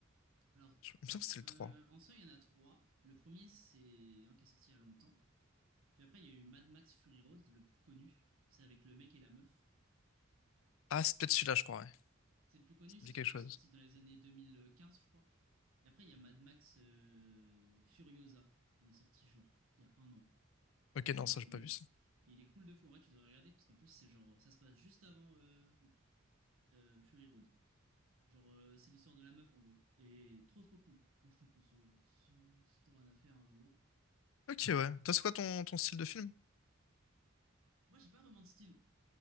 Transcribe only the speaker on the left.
je- Il me semble que c'était le
trois
Ah, c'est peut-être celui-là, je crois, ouais.
Ça
me dit
quelque chose.
Ok,
non,
ça,
j'ai pas vu ça.
Ok, ouais. Toi, c'est quoi ton, ton style de film?